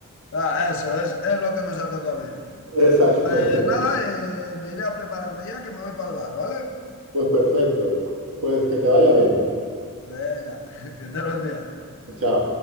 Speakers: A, on the left; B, on the right.
A: Ah, eso es, es lo que nos ha tocado vivir.
B: <laughs> Exactamente.
A: Pues nada, eh, me iré a prepararme ya que me voy para el bar, ¿vale?
B: Pues perfecto. Pues que te vaya bien.
A: Venga, <laughs> que tal buen día.
B: Chao.